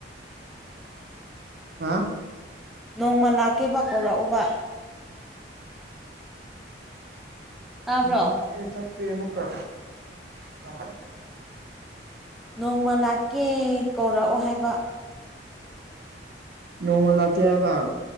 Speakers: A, on the right; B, in the centre.
A: ꯍꯥ
B: ꯅꯣꯡꯃ ꯂꯥꯛꯀꯦꯕ ꯀꯧꯔꯛꯎꯕ ꯇꯥꯕ꯭ꯔꯣ
A: ꯒꯣꯠꯇ° ꯆꯠꯄꯦ ꯃꯨꯛꯀ ꯈ
B: ꯅꯣꯡꯃ ꯂꯥꯛꯀꯦ ꯀꯧꯔꯛꯑꯣ ꯍꯥꯏꯕ
A: ꯅꯣꯡꯃ ꯂꯥꯛꯀ° ꯍꯥꯏꯕ